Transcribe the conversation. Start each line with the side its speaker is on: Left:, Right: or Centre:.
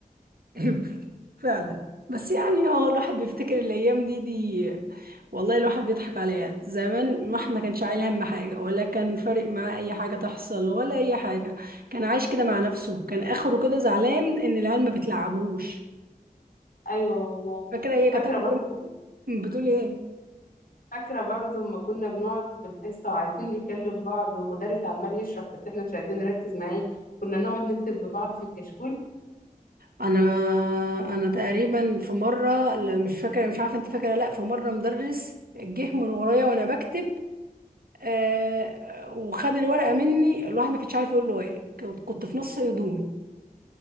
Right: <coughs> عيب فعلا بس يعني هو الواحد بيفتكر الايام دي دي والله الواحد بيضحك عليها زمان الواحد ما كانش عايل هم حاجه ولا كان فارق معاه اي حاجه تحصل ولا اي حاجه كان عايش كده مع نفسه كان اخره كده زعلان ان العيال ما بتلعبوش
Left: أيوة والله
Right: فاكره هي كانت
Left: فاكرة
Right: اكبر
Left: برضو
Right: بتقول ايه
Left: فاكرة برضو لما كنا بنقعد في الحصة وعايزين نكلم بعض والمدرس عمال يشرح بس احنا مش عايزين نركز معاه كنا نقعد نكتب لبعض في الكشكول
Right: انا انا تقريبا في مره لا، مش فاكره مش عارفه انت فاكره لا في مره مدرس جه من ورايا وانا بكتب آه وخد الورقة مني الواحد ما كانش عارف يقول له ايه كنت كنت في نص هدومي